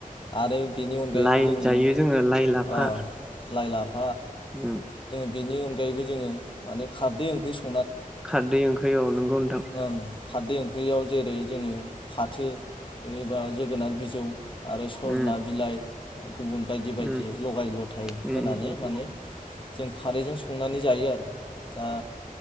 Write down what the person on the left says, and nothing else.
आरो बेनि अनगायैबो
जोङो
ओ लाइ लाफ
बेनि अनगायैबो जोङो माने खारदै ओंख्रि सं
ओं खारदै ओंख्रियाव जेरै जोङो फाथो एबा जोगोनार बिजौ आरो सजना
बिलाइ गुबुन बायदि बायदि
लगाय लथाय
होनानै
माने जों खारैजों संनानै जायो आरो ओ दा